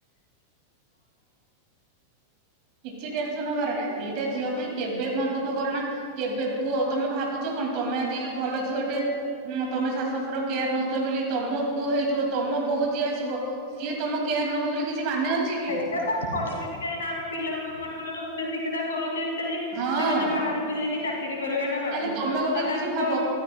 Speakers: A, on the right; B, on the left.
A: କିଛି ଟେନସନ ହବାର ନାହିଁ ଦିଟା ଝିଅ ପାଇଁ କେବେ ମନ ଦୁଖ କର ନା କେବେ ପୁଅ ତମେ ଭାବୁଚ କଣ ତମେ ଆଜି ଭଲ ଝିଅଟେ ଉଁ ତମେ ଶାଶୁ ଶଶୁର କେୟାର ନଉଚ ବେଲି ତମ ପୁଅ ହେଇଥିବ ତମ ବୋହୂ ଯିଏ ଆସିବ ସିଏ ତମ କେୟାର୍ ନବ ବୋଲି କିଛି ମାନେ ଅଛି
B: ସେଇଟା
A: କି।
B: ତ କରିବେନି କାହିଁକି ନା ଆମେ ପିଲାଙ୍କୁ ବର୍ତ୍ତମାନ ଉଚ୍ଚଶିକ୍ଷିତା କରୁଚେ ଏତେ ଯେ
A: ହଁ।
B: ସେମାନେ ବାହାରୁକୁ ଯାଇକି ଚା କିରି କରିବାଟା ବାଧ୍ୟ
A: ତାହେଲେ
B: ଆଉ
A: ତମେ ଗୋଟେ ଜିନିଷ
B: ତାଙ୍କ
A: ଭାବ